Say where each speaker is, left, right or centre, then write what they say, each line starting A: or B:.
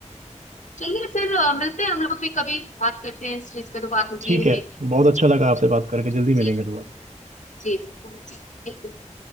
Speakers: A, on the left; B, on the right.
A: चलिए फिर अ, मिलते हैं हम लोग भी कभी बात करते हैं इस चीज पे तो बात होती
B: ठीक
A: ही
B: है
A: रहेगी
B: बहुत अच्छा लगा आपसे बात करके जल्दी
A: ठीक
B: मिलेंगे दोबारा
A: है जी जी जी